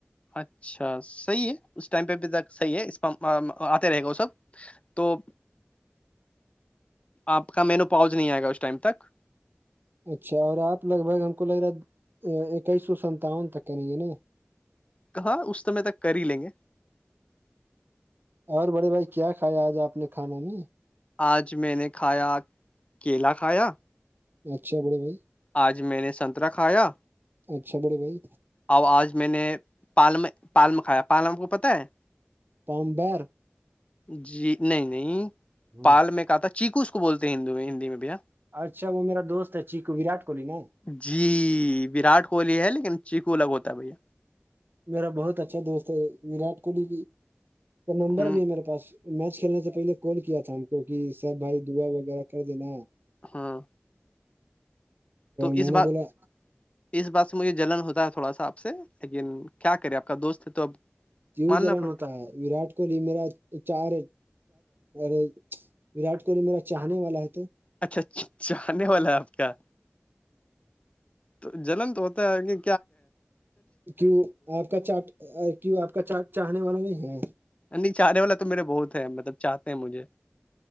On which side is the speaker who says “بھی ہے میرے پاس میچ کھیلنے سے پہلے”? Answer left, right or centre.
Right